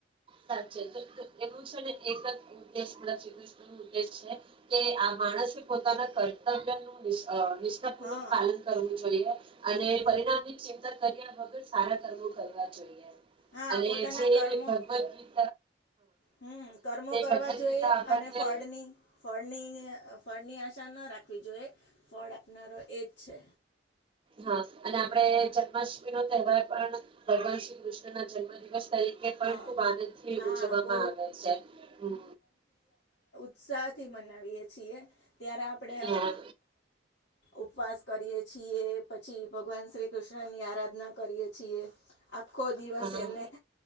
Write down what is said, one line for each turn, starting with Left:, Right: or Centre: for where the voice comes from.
Right: સાચ તો એનું છે ને એક જ ઉદ્દેશ શ્રી કૃષ્ણ ન ઉદ્દેશ છે કે આ માણસે પોતાના કર્તવ્ય નું નિસ્વાર્થ પૂવક
Left: હા
Right: પાલન કરવ <inaudible> અને
Left: હમ
Right: પરિણામ ની ચિંતા કર્યા વગર સારા કર્મો કરવા જોઈએ
Left: હા
Right: અને
Left: પોતાના
Right: જે
Left: કર્મો
Right: ભગવત
Left: હમ કર્મો કરવા
Right: ભગવદ
Left: જોઈએ
Right: ગીતા આપણને
Left: અને ફળની ફળની અઅ ફળ ની આશા ના રાખવી જોઈએ ફળ આપનારો એજ છે
Right: હા અને આપડે જન્માષ્ટમી નો તહેવાર પણ ભગવાન શ્રી કૃષ્ણ ના જન્મ દિવસ તરીકે પણ
Left: હા
Right: ખુબ આનંદથી
Left: હા
Right: ઉજવવામાં
Left: બહુ
Right: આવે છે હમ
Left: ઉત્સાહ થી મનાવીયએ છીએ ત્યારે આપડે
Right: હા
Left: ઉપવાસ કરીએ છીએ પછી ભગવાન શ્રી કૃષ્ણની આરાધના કરીએ છીએ આખો દિવસ
Right: હા
Left: એમને